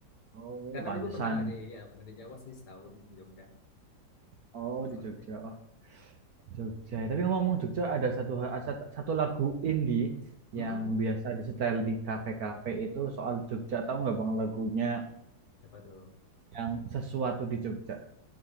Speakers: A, on the right; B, on the left.
A: Oh,
B: karena
A: pantesan.
B: dulu pernah di ya pernah di Jawa sih setahun di Jogja
A: Oh,
B: soalnya
A: di Jogja.
B: di
A: Oh, Jogja. Tapi ngomong Jogja ada satu ha- sat- satu lagu indie yang
B: Mm-mm.
A: biasa disetel di kafe-kafe itu soal Jogja. Tahu nggak Bang lagunya
B: siapa tuh
A: yang sesuatu di Jogja?